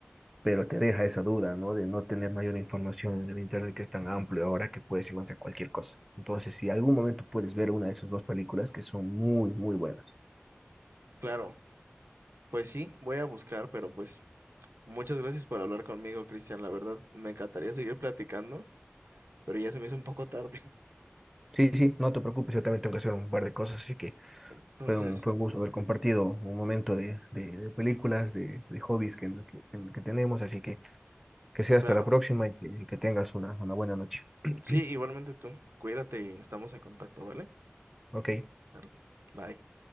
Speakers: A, in the centre; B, on the right.
A: pero te deja esa duda, ¿no? De no tener mayor información en el Internet que es tan amplio ahora que puedes encontrar cualquier cosa. Entonces, si algún momento puedes ver una de esas dos películas que son muy, muy buenas.
B: Claro, pues sí, voy a buscar, pero pues muchas gracias por hablar conmigo, Cristian. La verdad, me encantaría seguir platicando, pero ya se me hizo un poco tarde.
A: Sí, sí, no te preocupes, yo también tengo que hacer un par de cosas, así que
B: <laughs> Entonces,
A: fue un, fue un gusto haber compartido un momento de, de- de películas, de, de hobbies que, que, que tenemos, así que que sea hasta
B: claro,
A: la próxima y que, que tengas una, una buena noche. <clears throat>
B: sí, igualmente tú. Cuídate y estamos en contacto, ¿vale?
A: Ok.
B: Claro. Bye.